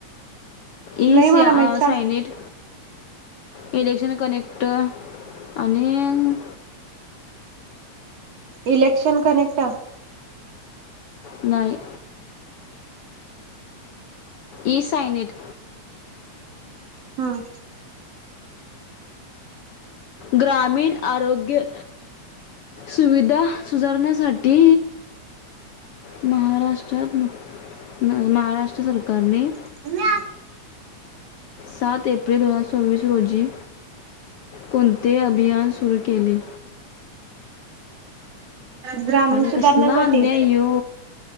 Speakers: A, on the left; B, on the right.
A: इस
B: नाही मला
A: या अ
B: माहित सांग
A: सायनेट इलेक्ट्रन कनेक्ट आणि
B: इलेक्शन कनेक्ट
A: नाही ई सायनेट
B: हम्म.
A: ग्रामीण आरोग्य सुविधा सुधारण्यासाठी महाराष्ट्रात न महाराष्ट्र सरकारने
B: <unintelligible>
A: सात एप्रिल <unintelligible> सव्वविंस रोजी कोणते अभियान सुरू केले?
B: <unintelligible> ग्रामीण
A: अरे
B: सुधाराणयासाठी
A: कसला अन्याय यो